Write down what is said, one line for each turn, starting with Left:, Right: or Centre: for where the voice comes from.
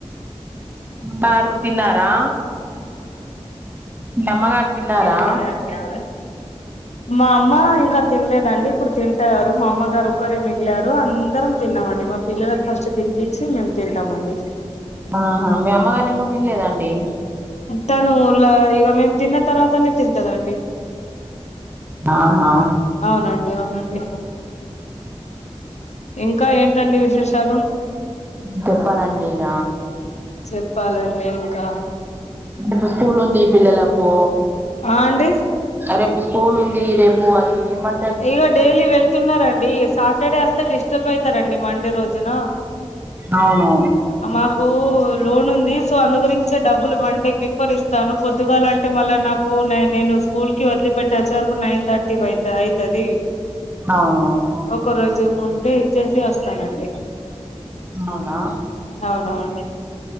Right: బారు తిన్నారా మీ అమ్మగారు తిన్నారా
Left: ఈరోజు తేవాలి తేవలేదు మా అమ్మ ఇంకా తినలేదండి ఇప్పుడు తింటారు మా అమ్మ గారు ఒక్కరు మిగిలారు అందరం తిన్నామండి మా పిల్లలకు ఫస్ట్ తినిపించి మేము తింటామండి
Right: ఆహా మీ అమ్మగారు ఎందుకు తినలేదండి
Left: తాను ముళ్ల ఇగ మేము తిన్న తర్వాతనే తింటదండి
Right: ఆహా
Left: అవునండి అవునండి ఇంకా ఏంటండి విశేషాలు
Right: చెప్పాలండి ఇగ
Left: చెప్పాలండి ఇంకా
Right: ఇప్పుడు స్కూల్ ఉంది పిల్లలకు
Left: ఆ అండి
Right: రేపు స్కూల్ ఉంది రేపు అది ఏమం
Left: ఇగ డైలీ వెళ్తున్నారండి సాటర్డే వస్తే డిస్టర్బ్ అయితారండి మండే రోజున
Right: అవును
Left: మాకు లోన్ ఉంది సో అందు గురించె డబ్బులు వన్ డే బి ఫోర్ ఇస్తాను పొద్దుగాలంటే మళ్ళా నాక్ కు నై నేను స్కూల్ కి వదిలిపెట్టి వచ్చే వరకు నైన్ థర్టీ అయి అయితది
Right: అవునవును
Left: ఒక రోజు ముందే ఇచ్చేసి వస్తానండి
Right: అవునా
Left: అవునవును